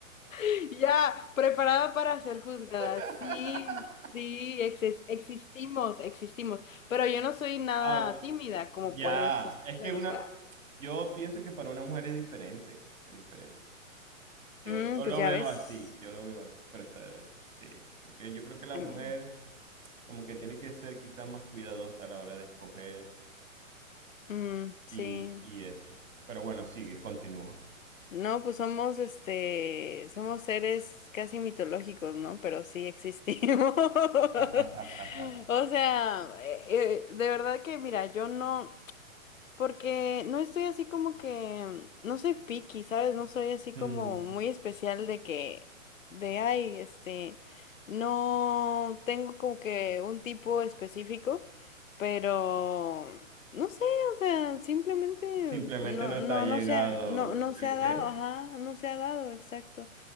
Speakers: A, on the left; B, on the right.
A: <laughs> Ya, preparada para ser juzgada.
B: <laughs>
A: Sí, sí, exis- existimos, existimos. Pero yo no soy nada
B: Ah,
A: tímida, como
B: ya,
A: puedes escuchar,
B: es que una,
A: o sea.
B: yo pienso que para una mujer es diferente, es diferente. Yo,
A: Mm,
B: yo
A: pues
B: lo
A: ya
B: veo
A: ves.
B: así, yo lo veo así, pero está, sí, porque yo creo que la
A: Mm,
B: mujer como que tiene que ser quizás más cuidadosa a la hora de escoger
A: mm,
B: y,
A: sí.
B: y eso. Pero bueno, sigue, continúa.
A: No, pues somos, este, somos seres casi mitológicos, ¿no? Pero sí existimos. <laughs>
B: <laughs>
A: O sea, eh, eh, de verdad que, mira, yo no. Porque no estoy así como que, no soy picky, ¿sabes? No soy así
B: Mm.
A: como muy especial de que, de, ay, este, no tengo como que un tipo específico, pero, no sé, o sea, simplemente
B: Simplemente
A: no,
B: no
A: no,
B: te ha llegado
A: no se ha, no,
B: el
A: no
B: el
A: se ha dado,
B: qué.
A: ajá, no se ha dado, exacto.